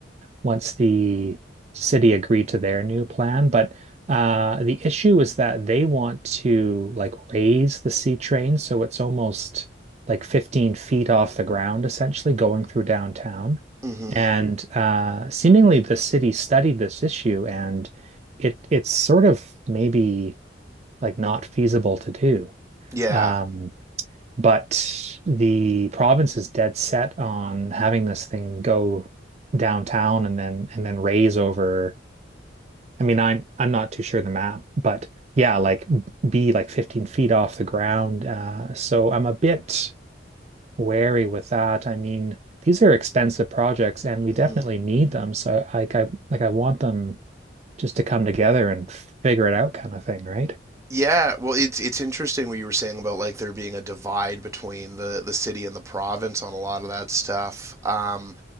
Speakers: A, on the right; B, on the right.
A: once the city agreed to their new plan. But uh the issue is that they want to like raise the C train so it's almost like 15 feet off the ground, essentially going through downtown.
B: hmm
A: And uh seemingly the city studied this issue and it it's sort of maybe like not feasible to do.
B: Yeah.
A: Um, but the province is dead set on having this thing go downtown and then and then raise over. I mean, I'm I'm not too sure the map, but yeah, like be like 15 feet off the ground. Uh, so I'm a bit wary with that. I mean, these are expensive projects and we
B: hmm
A: definitely need them. So like I like I want them just to come together and figure it out kind of thing, right?
B: yeah, well, it's it's interesting what you were saying about like there being a divide between the the city and the province on a lot of that stuff. Um,